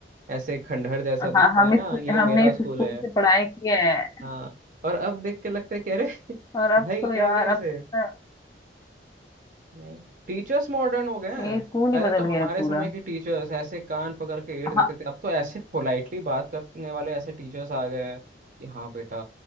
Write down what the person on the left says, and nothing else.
हाँ हम
इस
हमने इस
स्कूल
से पढ़ाई की है
और अब
तो
यार
अब
तो
ये स्कूल
ही बदल
गया पूरा
हाँ